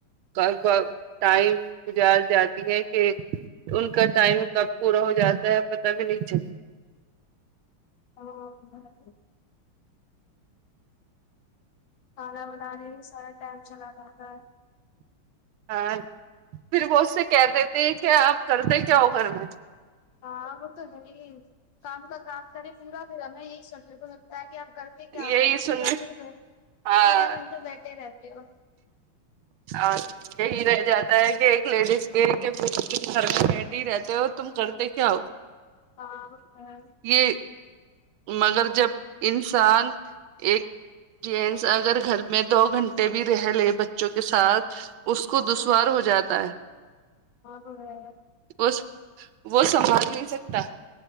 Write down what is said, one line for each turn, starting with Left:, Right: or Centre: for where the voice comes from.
Right: گھر پر ٹائم گزار جاتی ہے کہ ان کا ٹائم کب پورا ہو جاتا ہے پتا بھی نہیں چل
Left: <unintelligible> کھانا بنانے میں سارا ٹائم چلا جاتا ہے
Right: ہاں پھر وہ اس سے کہہ دیتے ہیں کہ آپ کرتے کیا ہو گھر میں
Left: ہاں وہ تو ہے ہی کام کا کام کر پورا پھر ہمیں یہی سونے کو ملتا ہے کہ آپ کر تے کیا ہو
Right: یہی
Left: گھر میں
Right: سننے
Left: پورا دن گھر
Right: ہاں
Left: پورا دن تو بیٹھے رہتے ہو
Right: اچھا یہی رہ جاتا ہے کہ ایک لیڈیز کے کچھ گھر میں بیٹھے ہی رہتے ہو تم کرتے کیا ہو
Left: کام گھر
Right: کے مگر جب انسان ایک جینس اگر گھر میں دو گھنٹے بھی رہ لے بچوں کے ساتھ اس کو
Left: ہاں
Right: دشوار
Left: ہاں
Right: ہو جاتا ہے
Left: وہ ہے
Right: اس وہ سنبھال نہیں سکتا